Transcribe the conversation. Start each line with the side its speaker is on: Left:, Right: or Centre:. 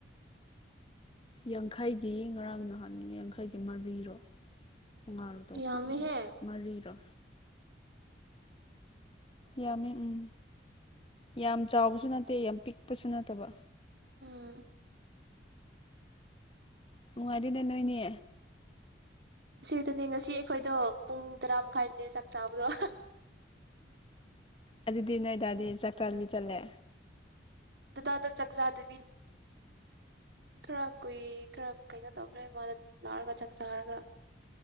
Left: ꯌꯥꯡꯈꯩꯒꯤ ꯉꯔꯥꯡ ꯅꯍꯥꯟ ꯌꯥꯡꯈꯩꯒꯤ ꯃꯔꯤꯔꯣ ꯉꯉꯥꯜꯔꯨꯗꯣ
Right: ꯌꯥꯝꯃꯦꯍꯦ
Left: ꯃꯔꯤꯔꯣ ꯌꯥꯝꯃꯤ ꯎꯝ ꯌꯥꯝ ꯆꯥꯎꯕꯁꯨ ꯅꯠꯇꯦ ꯌꯥꯝ ꯄꯤꯛꯄꯁꯨ ꯅꯠꯇꯦ ꯇꯕ
Right: ꯎꯝ
Left: ꯅꯨꯡꯉꯥꯏꯇꯣꯏꯅꯦ ꯅꯣꯏꯅꯦ
Right: ꯑꯗꯨꯅꯦ ꯉꯁꯤ ꯑꯩꯈꯣꯏꯗꯣ ꯄꯨꯡ ꯇꯔꯥ ꯃꯈꯥꯏꯅꯦ ꯆꯥꯛ ꯆꯥꯕꯗꯣ
Left: ꯑꯗꯨꯗꯤ ꯅꯣꯏꯗꯥꯗꯤ ꯆꯥꯛ ꯆꯥꯕꯤ ꯆꯠꯂꯦ
Right: ꯗꯗꯥꯗ ꯆꯥꯛꯆꯥꯗꯕꯤ ꯈꯔ ꯀꯨꯏ ꯈꯔ ꯀꯩꯅꯣ ꯇꯧꯈ꯭ꯔꯦ ꯃꯥꯅ ꯂꯥꯛꯑꯒ ꯆꯥꯛ ꯆꯥꯔꯒ